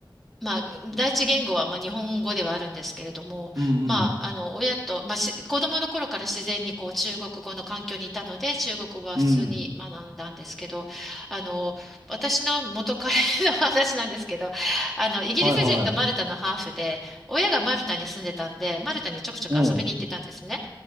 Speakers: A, in the centre; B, on the right.
A: まあ、第一言語は、まあ、日本語ではあるんですけれども、
B: うんうん。
A: まあ、あの、親と、まあ、し子供の頃から自然にこう中国語の環境にいたので、中国語は普通に学んだんですけど、
B: うん。
A: あの、私の元彼の <laughs> 話なんですけど、あの、イギリス人とマルタのハーフで、
B: はいは
A: 親がマルタに住んでたんで、マルタにちょくちょく遊びに行ってたんですね。
B: い。う